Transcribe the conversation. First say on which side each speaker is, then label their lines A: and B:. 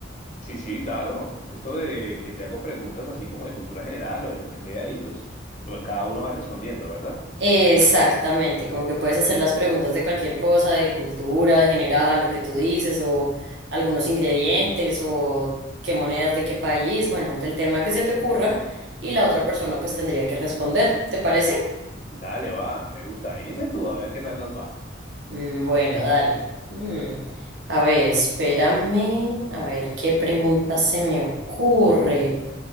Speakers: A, on the left; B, on the right.
A: Sí, sí, claro. Esto de que te hago preguntas así como de cultura general o de lo que sea y pues bueno, cada uno va respondiendo, ¿verdad?
B: Exactamente, como que puedes hacer las preguntas de cualquier cosa, de cultura, de general, lo que tú dices, o algunos ingredientes, o qué monedas de qué país, bueno, del tema que se te ocurra, y la otra persona pues tendría que responder, ¿te parece?
A: Dale, va, me gusta. Inicia tú, a ver qué tal nos va.
B: Mm, bueno, dale. Mm, A ver, espérame, a ver qué pregunta se me ocurre.